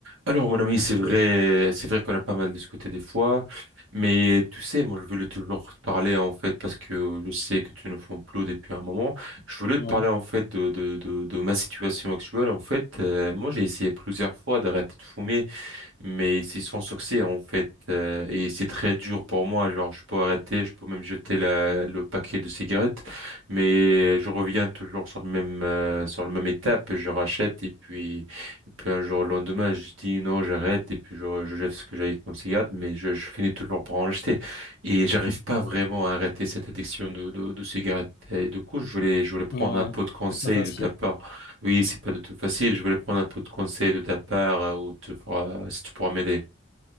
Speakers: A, on the right (about 75°); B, on the left (about 50°).
A: Alors, mon ami, c'est vrai, c'est vrai qu'on a pas mal discuté des fois, mais tu sais, moi, je voulais toujours te parler, en fait, parce que je sais que tu ne fais plus depuis un moment. Je voulais
B: Ouais,
A: te parler, en fait, de, de, de, de ma situation actuelle. En fait, euh, moi, j'ai essayé plusieurs fois d'arrêter de fumer mais c'est sans succès en fait euh, et c'est très dur pour moi genre je peux arrêter je peux même jeter la, le paquet de cigarettes mais je reviens toujours sur le même euh, sur le même étape je rachète et puis et puis un jour le lendemain je dis non j'arrête et puis je, je jette ce que j'avais comme cigarette mais je, je finis toujours par en acheter et j'arrive pas vraiment à arrêter cette addiction de de, de cigarettes et du coup je voulais je voulais prendre
B: ouais,
A: un peu de conseil
B: C'est pas facile.
A: de ta part oui, c'est pas du tout facile. Je voulais prendre un peu de conseils de ta part euh, ou tu pourras, si tu pourras m'aider.